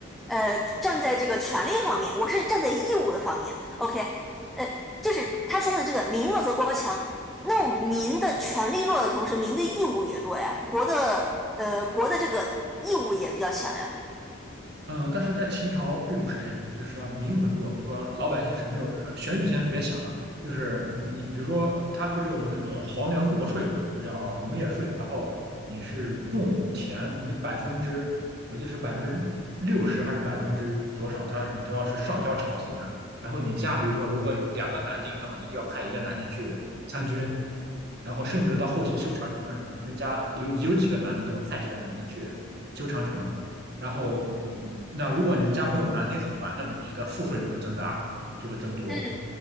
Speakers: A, in the centre; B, on the right.
A: 呃站在这个权利方面，我是站在义务的方面。OK，呃，就是他说的这个“民弱则国强”，那我民的权利弱的同时，民的义务也弱呀，国的呃国的这个义务也比较强呀。
B: 呃，但是在秦朝并不是这样的，就是啊民很弱，比如说老百姓是没有呃选举先别想了，就是你比如说他不是有那个皇粮国税嘛，就叫农业税，然后你是种田，你百分之我记得是百分之六十还是百分之多少，他你都要是上交朝廷的，然后你家比如说如果有两个男丁，那么一定要派一个男丁去参军，然后甚至到后期修长城的时候，你们家有有几个男的都要派几个男丁去修长城，然后，那如果你家没有男丁怎么办？那么你的赋税就会增大，就会增多。
A: 嗯